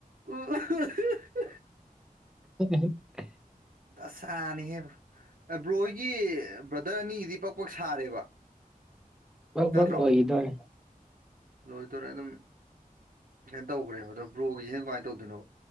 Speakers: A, on the right; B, in the centre.
A: ꯑꯣ <inaudible> <unintelligible>
B: <unintelligible>
A: ꯑꯁ ꯗꯁꯥꯅꯤꯍꯦꯕ꯭ꯔꯣ ꯕ꯭ꯔꯣ ꯍꯣꯏꯒꯤ ꯕ꯭ꯔꯗꯔ ꯑꯅꯤꯒꯤꯗꯤ ꯄꯛ ꯄꯛ ꯁꯥꯔꯦꯕ
B: ꯑꯧ
A: ꯅꯠꯇ꯭ꯔꯣ
B: ꯍꯧ ꯋꯥ ꯏꯗꯦ <unintelligible>
A: ꯂꯣꯏꯗꯣꯔꯦ ꯑꯗꯨꯝ ꯀꯅ ꯇꯧꯈ꯭ꯔꯦꯕ ꯑꯗꯣ ꯕ꯭ꯔꯣꯒꯤꯁꯤꯅ ꯀꯃꯥꯏꯅ ꯇꯧꯗꯣꯏꯅꯣ